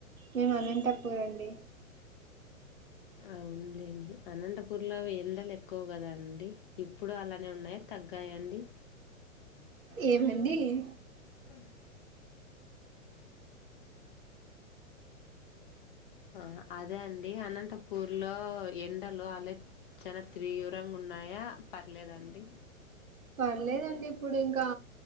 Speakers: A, on the right; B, on the left.
A: మేము అనంతపూర్ అండి
B: అవునులెండి అనంతపూర్లవి ఎండలు ఎక్కువ కధండి ఇప్ ఇప్పుడు అలానే ఉన్నాయ తగ్గాయ అండి
A: ఏమండి ఎ
B: అ ఆ అదే అండి అనంతపూర్లో ఎండలు అలె చాన త్రియురంగ ఉన్నాయా పర్లేదాండి
A: పర్లేదండి ఇప్పుడు ఇంకా